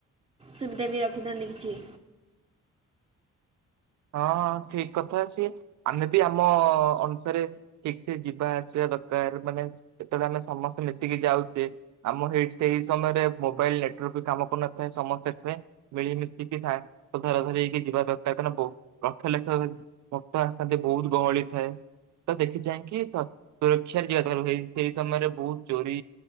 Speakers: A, on the right; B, on the right.
A: ସୁବିଧା ବି ରଖିଥାନ୍ତି କିଛି।
B: ହଁ- ହଁ ଠିକ୍ କଥା ସିଏ ଆମେ ବି ଆମ ଅନୁସାରେ ଠିକ୍ ସେ ଯିବା ଆସିବା ଦରକାର୍ ମାନେ ଯେତେବେଳେ ଆମେ ସମସ୍ତେ ମିଶିକି ଯାଉଚେ ଆମ ହେଇଟ୍- ସେଇ ସମୟରେ ମୋବାଇଲ୍ ନେଟୱାର୍କ ବି କାମ କରୁନଥାଏ ସମସ୍ତେ ଏଥିପାଇଁ ମିଳିମିଶିକି ସା-ଧରା ଧରି ହେଇକି ଯିବା ଦରକାର୍ କାରଣ ବହୁ ଲକ୍ଷ ଲକ୍ଷ ଭକ୍ତ ଆସିଥାନ୍ତି ବହୁତ୍ ଗହଳି ଥାଏ। ତ ଦେଖି ଚାହିଁକି ସ-ସୁରକ୍ଷାରେ ଯିବା ଜରୁରୀ ସେଇ ସମୟରେ ବହୁତ୍ ଚୋରି